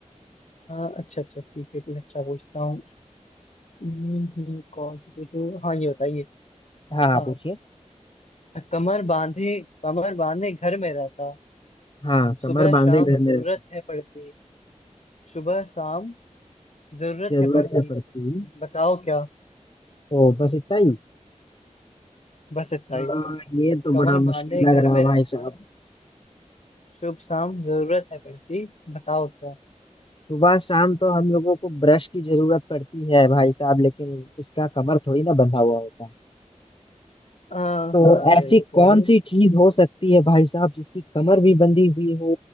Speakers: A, on the left (about 60°); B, on the left (about 45°).
A: हाँ अच्छा अच्छा ठीक है कुछ अच्छा पूछता हूँ हम्म, हम्म, कौन से पूछूं हाँ ये बताइए
B: हाँ हाँ
A: हाँ
B: पूछिए
A: कमर बांधे कमर बांधे घर में रहता
B: हाँ कमर
A: सुबह
B: बांधे
A: शाम
B: घर में
A: जरूरत
B: रहती
A: है पड़ती सुबह शाम जरूरत
B: जरूरत
A: है पड़ती
B: है पड़ती
A: बताओ क्या
B: ओ बस इतना ही
A: बस इतना
B: हाँ
A: ही
B: ये तो
A: कमर
B: बड़ा मुश्किल
A: बांधे घर
B: लग रहा
A: में
B: है
A: रहता
B: भाई साहब
A: शुभ शाम जरूरत है पड़ती बताओ क्या
B: सुबह शाम तो हम लोगों को ब्रश की जरूरत पड़ती है भाई साहब लेकिन उसका कमर थोड़ी ना बंधा हुआ होता
A: हाँ
B: तो
A: हाँ
B: ऐसी
A: बिल्कुल
B: कौन सी चीज हो सकती है भाई साहब जिसकी कमर भी बंधी हुई हो